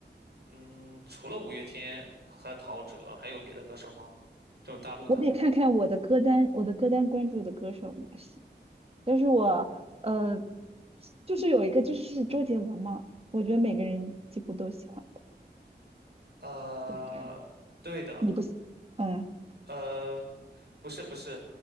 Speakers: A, on the right; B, on the right.
A: 嗯，除了五月天和陶喆，还有别的歌手吗？就是大陆的。
B: 我得看看我的歌单，我的歌单关注的歌手有哪些。但是我呃，就是有一个就是是周杰伦嘛，我觉得每个人几乎都喜欢，
A: 呃，
B: 对不对？
A: 对的，
B: 你不喜，嗯
A: 呃，不是不是，